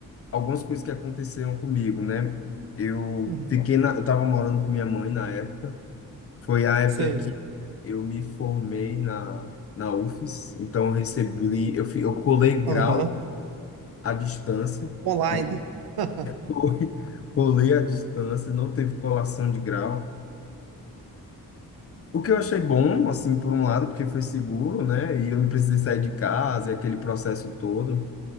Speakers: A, on the left; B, on the right.
A: algumas coisas que aconteceram comigo, né? Eu
B: Uhum.
A: fiquei na, eu tava morando com minha mãe na época. Foi a época
B: Sei.
A: que eu me formei na, na UFES, então eu recebi, eu, fi- eu colei grau
B: Aham.
A: à distância. <laughs>
B: Online. <laughs>
A: Foi, colei à distância, não teve colação de grau. O que eu achei bom, assim, por um lado, porque foi seguro, né? E eu não precisei sair de casa, e aquele processo todo,